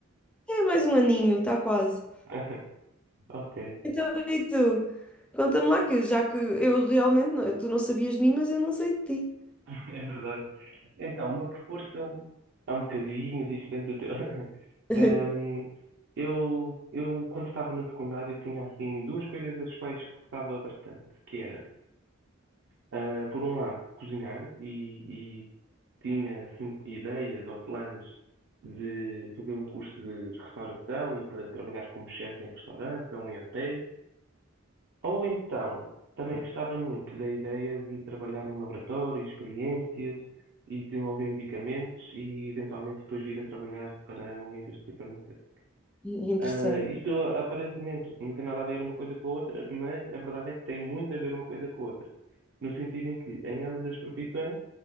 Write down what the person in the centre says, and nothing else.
É mais um aninho, está quase.
Então, e tu? Conta-me lá que, já que eu realmente não, tu não sabias de mim, mas eu não sei de ti.
<laughs>
Interessante.